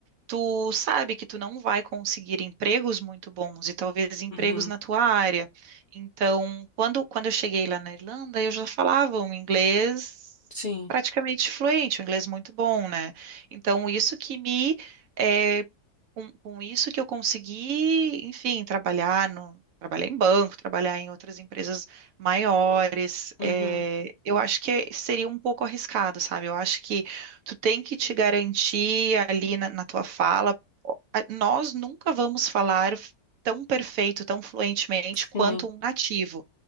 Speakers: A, on the right; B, on the left.
A: tu sabe que tu não vai conseguir empregos muito bons e talvez empregos
B: Uhum,
A: na tua área. Então, quando, quando eu cheguei lá na Irlanda, eu já falava um inglês
B: sim.
A: praticamente fluente, um inglês muito bom, né? Então, isso que me, eh, com, com isso que eu consegui, enfim, trabalhar no Trabalhar em banco, trabalhar em outras empresas maiores, eh,
B: Uhum,
A: eu acho que seria um pouco arriscado, sabe? Eu acho que tu tem que te garantir ali na, na tua fala. a- Nós nunca vamos falar f- tão perfeito, tão fluentemente quanto
B: sim.
A: um nativo,